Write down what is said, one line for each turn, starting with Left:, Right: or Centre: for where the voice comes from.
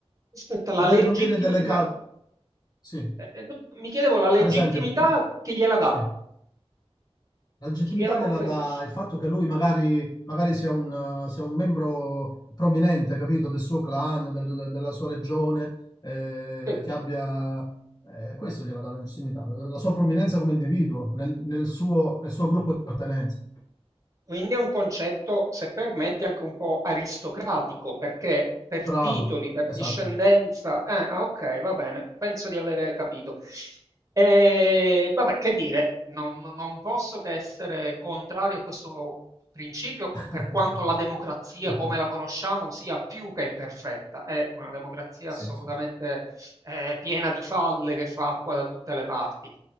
Right: Aspetta, la
Left: Magari
Right: legittimi
Left: non viene delegato,
Right: la
Left: sì,
Right: ehm, no, mi chiedevo la legittimità
Left: per esempio, faccio-
Right: chi gliela dà,
Left: sì. La legittimità
Right: chi gliela conferisce.
Left: gliela dà il fatto che lui magari, magari sia un, eh, sia un membro prominente, capito, del suo clan, del- della sua regione, eh,
Right: Sì.
Left: che abbia... eh, questo gliela dà la legittimità, la la sua prominenza come individuo nel, nel suo, nel suo gruppo di appartenenza.
Right: Quindi è un concetto, se permetti, anche un po' aristocratico, perché per
Left: Bravo,
Right: titoli, per
Left: esatto.
Right: discendenza, eh, ah, ok, va bene, penso di avere capito. E, vabbè, che dire, non, non posso che essere contrario a questo principio,
Left: <laughs>
Right: per quanto la democrazia come la conosciamo sia più che imperfetta, è una democrazia
Left: Sì,
Right: assolutamente
Left: sì.
Right: eh, piena di falle che fa acqua da tutte le parti.